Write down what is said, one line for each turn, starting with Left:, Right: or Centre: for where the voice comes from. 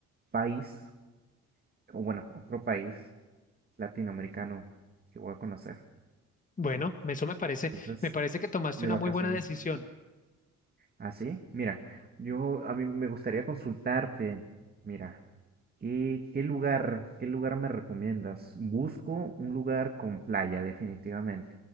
Right: país, o bueno, otro país latinoamericano que voy a conocer,
Left: Bueno,
Right: ¿vale?
Left: eso me parece,
Right: Entonces,
Left: me parece que tomaste
Right: de
Left: una
Right: vacaciones.
Left: muy buena decisión.
Right: ¿Ah, sí? Mira, yo a mí me gustaría consultarte. Mira, ¿qué, qué lugar, qué lugar me recomiendas? Busco un lugar con playa, definitivamente.